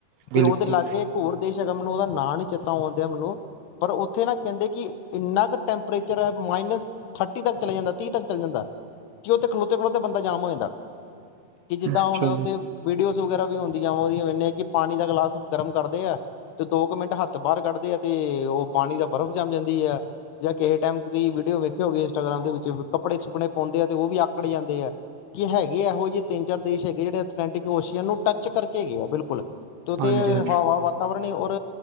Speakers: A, on the right; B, on the left.
A: ਬਿਲਕੁਲ
B: ਤੇ ਉਹਦੇ ਲਾਗੇ ਇੱਕ ਹੋਰ ਇਕ ਸੈਕਿੰਡ ਮੈਨੂੰ ਉਹਦਾ ਨਾਂ ਨੀ ਚੇਤਾ ਆਉਂਦਿਆ ਮੈਨੂੰ ਪਰ ਉੱਥੇ ਨਾ ਕਹਿੰਦੇ ਕੀ ਇੰਨਾ ਕੁ ਟੈਂਪਰੇਚਰ ਮਾਈਨਸ ਥਰਟੀ ਤੱਕ ਚਲੇ ਜਾਂਦਾ ਤੀਹ ਤੱਕ ਚਲੇ ਜਾਂਦਾ, ਕਿ ਓੱਥੇ ਖਲੋਤੇ-ਖਲੋਤੇ ਬੰਦਾ ਜਾਮ ਹੋ ਜਾਂਦਾ। ਕਿ ਜਿੱਦਾਂ
A: ਅੱਛਾ
B: ਹੁਣ ਉੱਥੇ
A: ਜੀ
B: ਵੀਡੀਓਜ਼ ਵਗੈਰਾ ਵੀ ਹੁੰਦੀ ਆ ਉਹੀ ਓ ਹੁੰਦੀ ਆ ਕਿ ਪਾਣੀ ਦਾ ਗਿਲਾਸ ਗਰਮ ਕਰਦੇ ਐ। ਤੇ ਦੋ ਕੁ ਮਿੰਟ ਹੱਥ ਬਾਹਰ ਕੱਢਦੇ ਆ ਤੇ ਉਹ ਪਾਣੀ ਦਾ ਬਰਫ਼ ਜਮ ਜਾਂਦੀ ਐ। ਜਾਂ ਕਿਸੇ ਟਾਈਮ ਤੁਸੀਂ ਵੀਡੀਓ ਵੇਖਿਓਗੇ ਇੰਸਟਾਗ੍ਰਾਮ ਦੇ ਵਿੱਚ ਕੱਪੜੇ ਸੁੱਕਨਣੇ ਪਾਉਂਦੇ ਆ ਤੇ ਉਹ ਵੀ ਆਕੜ ਜਾਂਦੇ ਐ। ਕਿ ਹੈਗੇ ਇਹੋ ਜਿਹੇ ਤਿੰਨ-ਚਾਰ ਦੇਸ਼ ਹੈਗੇ ਜਿਹੜੇ ਅਥਲੈਂਟਿਕ ਓਸ਼ੀਅਨ ਨੂੰ ਟੱਚ ਕਰਕੇ ਗਏ ਆ ਬਿਲਕੁਲ। ਤੇ ਉਥੇ
A: ਹਾਂਜੀ-ਹਾਂਜੀ
B: ਹਵਾ ਵਾਤਾਵਰਨ ਈ ਔਰ